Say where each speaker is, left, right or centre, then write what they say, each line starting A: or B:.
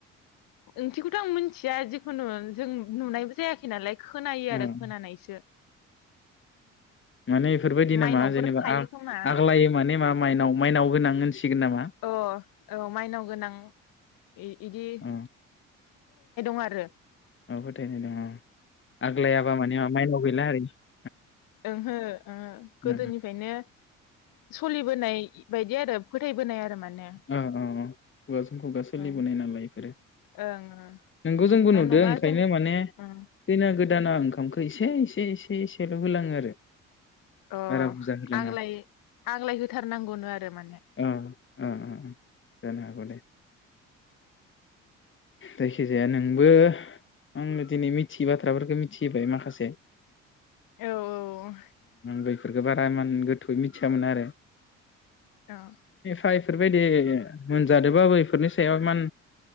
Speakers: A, on the left; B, on the left.
A: ओंथिखौथ' आं मिथिया <unintelligible> जों नुनायबो जायाखै नालाय खोनायो
B: उम
A: आरो खोनानायसो
B: माने बेफोरबायदि
A: माइनावफोर
B: नामा जेनेबा
A: थायो
B: आग
A: खोमा
B: आग्लायो माने माइनाव गोनां होनसिगोन नामा?
A: अ औ माइनाव गोनां इ इदि
B: औ
A: <inaudible>
B: औ फोथायनाय दं
A: ओहो गोदोनिफ्रायनो
B: औ
A: बायदि आरो फोथायबोनाय आरो माने
B: अ खुगााजों खुगा सोलिबोनाय
A: ओं
B: नालाय बेफोरो
A: ओं
B: नोंगौ
A: नंगौना
B: जोंबो नुदों
A: नङा
B: ओंखायनो
A: जों
B: माने खैना
A: ओं
B: गोदान गोदाना ओंखामखौ एसे एसे एसे एसेल होलाङो आरो
A: अ
B: बारा बुरजा होलाङा
A: आंलाय आंलाय होथारनांगौनो आरो माने
B: औ औ जानो हागौ दे जायखिजाया नोंबो आङो दिनै मिथियै बाथ्राफोरखौ मिथिहैबाय माखासे
A: औ औ
B: बे फोरखौ बारा एमान गोथौयै मिथियामोन आरो
A: औ <unintelligible>
B: बा इफोरबायदि मोनजादोबाबो बेफोरनि सायाव इमान